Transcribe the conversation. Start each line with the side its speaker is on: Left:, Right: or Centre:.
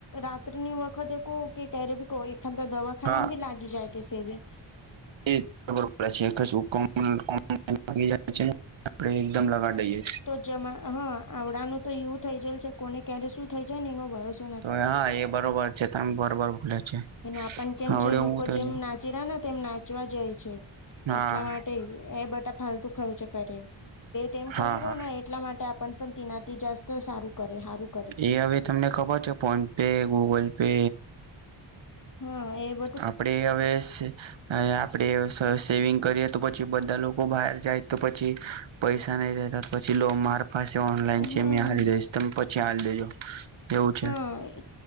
Left: રાત્રની વખતે કહો કે ક્યારે ભી કહો, એ ખા દવા. દવાખાનામા
Right: હા
Left: ભી લાગી જાય તે સેવિંગ.
Right: ખબર પડે છે. લાગી જાય, આપણે એકદમ લગા દઈએ.
Left: જ હા, આવડા નું તો એવું થઈ જાય છે, કોને ક્યારે શું થઈ જાય ને એનો વર્ષ.
Right: તો હા એ બરોબર છે તમે બરોબર ભૂલે છે
Left: આપણેને કેમ
Right: હવડે
Left: છે, લોકો
Right: હું થઈ
Left: જેમ
Right: જાય
Left: ના? ક ચીરાના તેમ નાચવા જાય છે.
Right: હા
Left: એટલા માટે એ બટા ફાલતુ ખર્ચે કરી તે તેમ
Right: હા
Left: કરી
Right: હા
Left: રહ્યો ને એટલા માટે આપણ પણ તીનાથી જાસ્ત સારું કરે હારું
Right: એ હવે તમને ખબર છે ફોન પે ગૂગલ પે.
Left: હા એ બ
Right: આપડે હવે અ આપડે સ સેવિંગ કરીએ તો પછી બધા લોકો બહાર જાય તો પછી પૈસા નહી દેતા પછી લો માર પાસે ઓનલાઈન છે
Left: હા
Right: મે હારીલી દઈશ તમે પછી હારી દેજો એવું છે.
Left: હા.